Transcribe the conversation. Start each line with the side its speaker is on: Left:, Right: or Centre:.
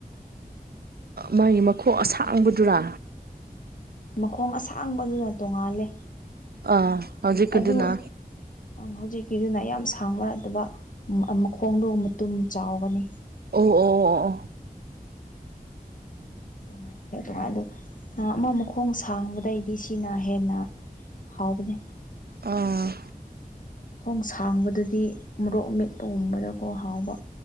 Right: ꯃꯥꯒꯤ ꯃꯈꯣꯛ ꯑꯁꯥꯡꯕꯗꯨꯔꯥ
Left: ꯃꯈꯣꯡ ꯑꯁꯥꯡꯕꯗꯨꯅ ꯇꯣꯉꯥꯜꯂꯦ
Right: ꯑꯥ ꯍꯧꯖꯤꯛꯀꯤꯗꯨꯅ
Left: ꯑꯗꯨ ꯍꯧꯖꯤꯛꯀꯤꯗꯨꯅ ꯌꯥꯝ ꯁꯥꯡꯕ ꯅꯠꯇꯕ ꯃꯈꯣꯡꯗꯣ ꯃꯇꯨꯝ ꯆꯥꯎꯒꯅꯤ
Right: ꯑꯣ ꯑꯣ ꯑꯣ ꯑꯣ
Left: <unintelligible> ꯑꯃ ꯃꯈꯣꯡ ꯁꯥꯡꯕꯗꯩꯗꯤ ꯁꯤꯅ ꯍꯦꯟꯅ ꯍꯥꯎꯕꯅꯦ
Right: ꯑꯥ
Left: ꯈꯣꯡ ꯁꯥꯡꯕꯗꯨꯗꯤ ꯃꯣꯔꯣꯛ ꯑꯃꯦꯠꯄꯒꯨꯝꯕꯗꯀꯣ ꯍꯥꯎꯕ